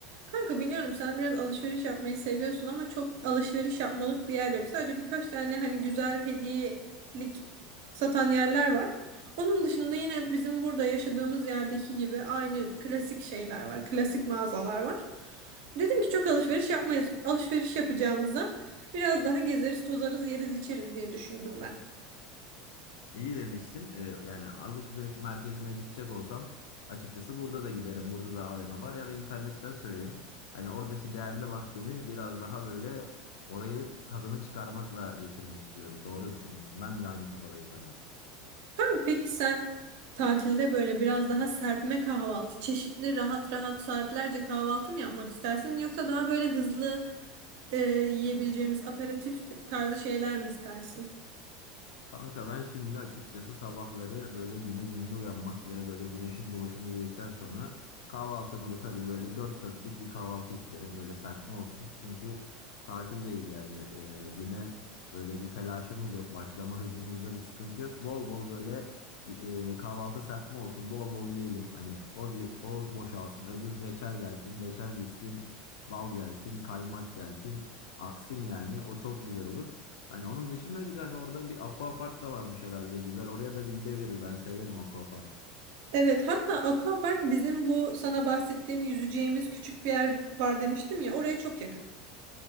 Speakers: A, on the right; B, on the left.
A: Kanka biliyorum sen biraz alışveriş yapmayı seviyorsun ama çok alışveriş yapmalık bir yer yok. Sadece birkaç tane hani güzel hediyelik satan yerler var. Onun dışında yine bizim burada yaşadığımız yerdeki gibi aynı klasik şeyler var. Klasik mağazalar var. Dedim ki çok alışveriş yapmayız. Alışveriş yapacağımıza biraz daha gezeriz, tozarız, yeriz, içeriz diye düşündüm ben.
B: İyi demişsin. Ee, yani alışveriş merkezine gidecek olsam açıkçası burada da giderim. Burada da AVM var ya da internetten söylerim. Hani oradaki değerli vaktimi biraz daha böyle orayı tadını çıkarmakla geçirmek istiyorum. Doğru düşünmüşsün. Ben de aynı kafadayım seninle.
A: Abi peki sen tatilde böyle biraz daha serpme kahvaltı, çeşitli rahat rahat saatlerce kahvaltı mı yapmak istersin yoksa daha böyle hızlı e, yiyebileceğimiz aperatif t- tarzı şeyler mi istersin?
B: Kanka ben şimdi açıkçası sabahları böyle güne zinde uyanmak ve böyle güneşin doğuşunu izledikten sonra kahvaltımı da tabii böyle dört dörtlük bir kahvaltı isterim. Böyle serpme olsun. Çünkü tatildeyiz yani Ee, güne böyle bir telaşımız yok. Başlama hızımızda bir sıkıntı yok. Bol bol böyle e, kahvaltı serpme olsun. Bol bol yiyelim. Hani o ge- o boşalsın, öbür reçel gelsin, reçel gitsin, bal gelsin, kaymak gelsin, aksın yani. O çok güzel olur. Hani onun dışında bir de hani orada bir aquapark da varmış herhalde güzel. Oraya da bir gidebiliriz. Ben severim aquapark.
A: Evet, hatta Aquapark bizim bu sana bahsettiğim yüzeceğimiz küçük bir yer var demiştim ya oraya çok yakın.